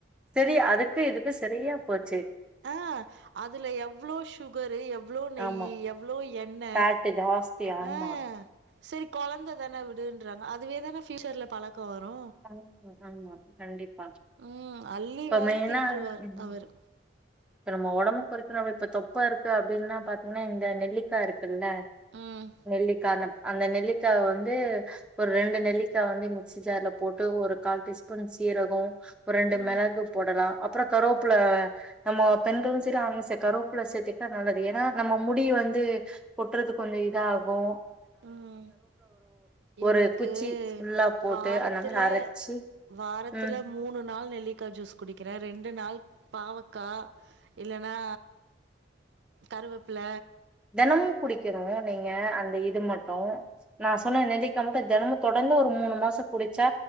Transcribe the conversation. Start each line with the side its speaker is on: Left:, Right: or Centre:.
Centre: செரி அதுக்கு இதுக்கு சரியா போச்சி
Right: ஆ அதுல எவ்ளோ சுகரு எவ்ளோ நெய்யி
Centre: ஆமா
Right: எவ்ளோ எண்ண
Centre: ஃபேட்டு ஜாஸ்தி ஆமா
Right: ஆஹ் செரி கொழந்த தான விடுன்றாங்க அதுவேதானே ஃப்யூச்சர்ல பழ க்க வரூ
Centre: ஆமா ஆமா கண்டிப்பா
Right: ம் அள்ளி
Centre: இப்ப
Right: வாரி
Centre: மெயினா
Right: தின்றுவார்
Centre: ம்
Right: அவர்
Centre: இப்ப நம்ம உடம்புக் கொறக்குனாவே இப்ப தொப்ப இருக்கு அப்டின்னா பாத்திங்னா இந்த நெல்லிக்காருக் குல்ல
Right: ம்
Centre: நெல்லிக்கா நம் அந்த நெல்லிக்காவ வந்தூ ஒரு ரெண்டு நெல்லிக்கா வந்து மிக்சி ஜார்ல போட்டு ஒரு கால் டீஸ்பூன் சீரகோ ஒரெண்டு
Right: ம்
Centre: மெளகு போடலா அப்றோ கருவொப்புல நம்மோ பெண்களு சரி ஆங்செ கருவோப்ல சேத்திட்ட நல்லது ஏனா நம்ம முடி வந்து கொட்றது கொஞ்ஜொ இதாகூ
Right: ம்
Centre: ஒரு
Right: எனக்கூ
Centre: குச்சி ஃபுல்லா போட்டு
Right: வாரத்துல
Centre: அந்த மாதிரி அரைச்சு
Right: வாரத்துல
Centre: உம்
Right: மூணு நாள் நெல்லிக்கா ஜூஸ் குடிக்கிறே ரெண் -டு நாள் பாவக்கா இல்லன்னா கருவப்ல
Centre: தெனமு குடிக்கணூ நீங்க அந்த இத் ம்மட்டோ நா சொன்ன நெல்லிக் தம்க தெனமு தொடந்து ஒரு மூணு மாசொ குடிச்சா